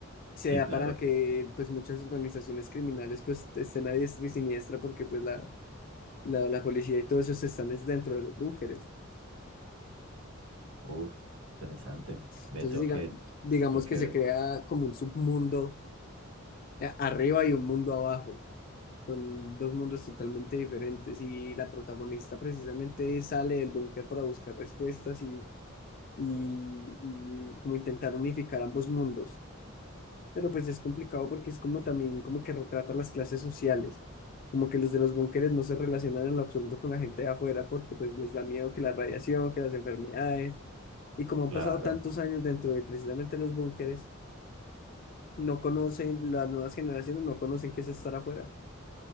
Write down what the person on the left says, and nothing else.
se
da
para que pues muchas organizaciones criminales pues estén a diestra y siniestra porque pues la, la, la policía y todo eso se están es dentro de los búnkeres.
Entonces
diga-
digamos
que se
crea como un submundo eh, arriba y un mundo abajo. Son dos mundos totalmente diferentes y la protagonista precisamente sale del búnker para buscar respuestas y, y, y como intentar unificar ambos mundos. Pero pues es complicado porque es como también como que retrata las clases sociales. Como que los de los búnkeres no se relacionan en lo absoluto con la gente de afuera porque pues les da miedo que la radiación, que las enfermedades. Y como
han pasado tantos años dentro de precisamente los búnkeres, no conocen, las nuevas generaciones no conocen qué es estar afuera.